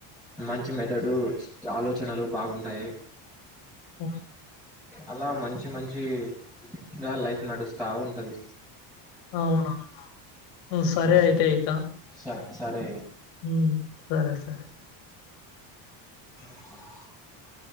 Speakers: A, in the centre; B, on the left (about 85°).
A: మంచి మెదడు ఆలోచనలు బాగుంటాయి
B: పోయిన
A: అలా మంచి మంచి గా లైఫ్ నడుస్తా ఉంటది
B: అవునవును సరే
A: ఆ
B: అయితే ఇక
A: స సరే
B: హ్మ్ సరే సరే
A: ఆ <unintelligible>